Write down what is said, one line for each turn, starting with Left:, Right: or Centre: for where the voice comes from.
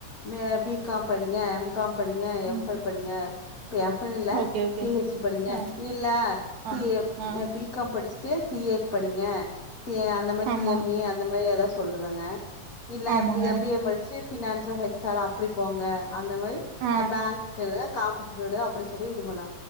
Left: மே பி காம் படிங்க காம் படிங்க எம்
Right: ம்
Left: ஃபெல் படிங்க இப்ப எம் ஃபெள் இல்ல
Right: okay okay
Left: P H D படிங்க
Right: ஆ
Left: இல்ல சி
Right: ஆ ஆ
Left: ஏ பி காம் படிச் தே சிஏ படிங்க சி ஏ அந்த மாதிரி
Right: ஆமா
Left: சி எம் ஏ அந்த மாதிரி ஏதாவது சொல்லுவேங்க இல்ல
Right: ஆமாங்க
Left: அப்டி எம் பி ஏ முடிச்சு பினான்ஸா ஹெச்சார் அப்படி போங்க அந்த மாதிரி
Right: ஆ
Left: நா பேங்க்குக்கு காம்பட்ட அப்படி சொல்லி இது பண்ண